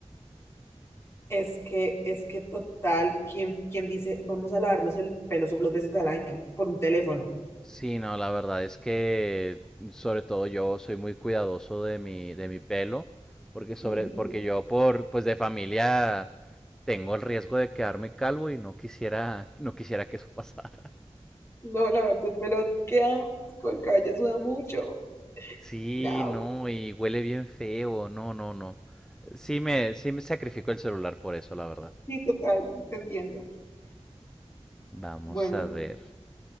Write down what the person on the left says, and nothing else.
Es que, es que total, ¿quién, quién dice vamos a lavarnos el pelo solo dos veces al año por un teléfono?
Ujú.
No, lavarse el pelo, qué asco, el cabello suda mucho.
No.
Sí, total, te entiendo.
Bueno,